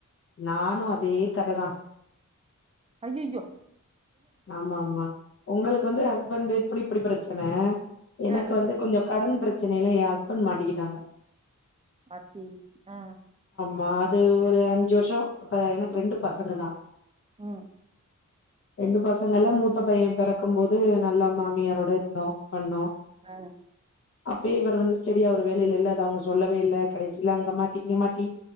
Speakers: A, on the left; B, on the right.
A: நானு அதே கததா
B: ஐயயோ
A: ஆமா ஆமா உங்களுக்கு வந்து ஹஸ்பண்ட் இப்பிடி இப்பிடி பிரச் ச்சன எனக்கு
B: அ
A: வந்து கொஞ்சோ கடன் பெரச்சனையெல்லா ஏ ஹஸ்பண்ட் பண்ட் மாட்டிக்கிட்டாங்க
B: ஆத்தி ஆ
A: மா அது ஒரு அஞ்சு வருஷ இப்ப எனக்கு ரெண்டு பசங்க தா
B: ம்
A: ரெண்டு பசங்கள்ல மூத்த பைய பெறக் க்கும் போது நல்லா மாமியாரோட இருந்தோ பண்ணோ
B: அ
A: அப்பயே இவர் வந்து ஸ்டெயா ஒரு வேலையில இல்ல அது அவுங்க சொல்லவே இல்ல கடைசில அங்க மாட்டி இங்க மாட்டி டி